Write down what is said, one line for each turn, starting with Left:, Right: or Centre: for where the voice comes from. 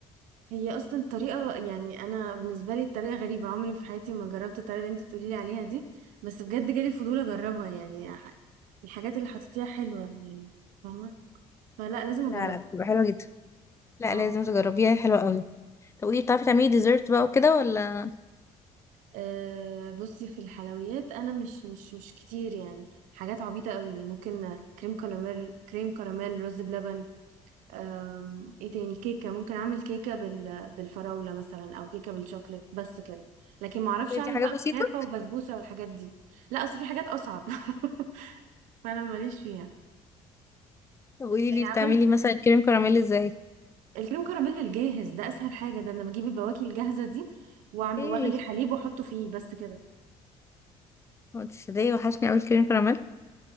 Right: هي اصلا طريقه يعني انا بالنسبه لي الطريقه غريبه عمري في حياتي ما جربت الطريقه اللي انت بتقولي لي عليها دي بس بجد جالي فضول اجربها يعني ح- الحاجات اللي حطيتيها حلوه يعني فاهمه فلا لازم
Left: لا
Right: اجربها
Left: لا بتبقى حلوة جدا لا
Right: اه
Left: لازم تجربيها حلوة قوي طب قولي بتعرفي تعملي ديزرت بقى وكده ولا
Right: آه، بصي في الحلويات انا مش مش مش كتير يعني حاجات عبيطه قوي ممكن كريم كراميل كريم كراميل رز بلبن أم، ايه تاني كيكة ممكن اعمل كيكة بال... بالفراولة مثلا او كيكة بالشوكليت بس كده لكن ما اعرفش اعمل
Left: دي حاجات
Right: بقى
Left: بسيطة
Right: كنافة وبسبوسة والحاجات دي لا اصل في حاجات اصعب <laughs> فانا ماليش فيها
Left: طب قولي
Right: يعني
Left: لي
Right: عملت
Left: بتعملي مثلا كريم كراميل ازاي
Right: الكريم كراميل الجاهز ده اسهل حاجة ده انا بجيب البواكي الجاهزة دي واعمل
Left: ايه
Right: واغلي حليب واحطه فيه بس كده
Left: هو انت صدقي وحشني قوي الكريم كراميل